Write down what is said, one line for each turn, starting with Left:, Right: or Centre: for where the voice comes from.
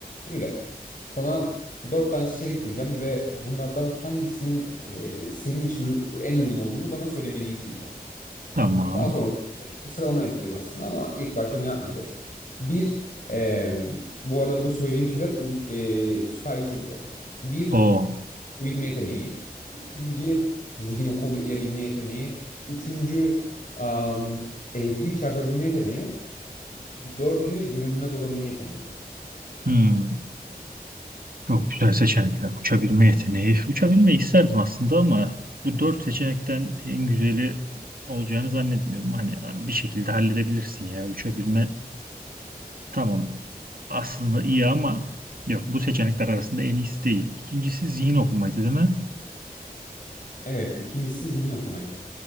Left: Şimdi sana dört tane seçenek soracağım ve bunlardan hangisinin e, senin için u- en uygun olduğunu bana söylemeni isteyeceğim.
Right: Tamam.
Left: E, Daha sonra işte sıralama yapacağız aslında ama ilk başta onu yapmayacağız. Bir, e, bu arada bu söyleyeceğim şeyler u- e, süper güç olacak. Bir,
Right: O.
Left: uçabilme yeteneği. İkinci, zihin okuyabilme yeteneği. Üçüncü, am, elektrik çarpabilme yeteneği. Dördüncü de görünmez olabilme yeteneği.
Right: Hmm. Çok güzel seçenekler. Uçabilme yeteneği. Uçabilmeyi isterdim aslında ama bu dört seçenekten en güzeli olacağını zannetmiyorum. Hani hani bir şekilde halledebilirsin ya. Uçabilme tamam aslında iyi ama yok bu seçenekler arasında en iyisi değil. İkincisi zihin okumaydı değil mi?
Left: Evet, ikincisi zihin okumaydı.